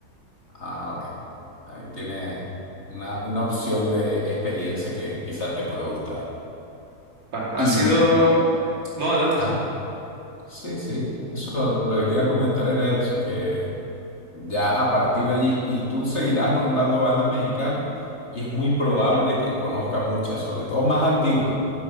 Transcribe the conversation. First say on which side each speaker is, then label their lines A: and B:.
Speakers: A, on the left; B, on the right.
A: Ah, bueno. Ahí tiene una, una opción de experiencia que quizás te pueda gustar.
B: Ah, ha
A: Y,
B: sido... No, adelante.
A: ah, sí, sí. Eso, lo que te iba a comentar era eso, que Ya a partir de allí, y tú seguirás nombrando bandas mexicanas, y es muy probable que conozca muchas, sobre todo más antiguas.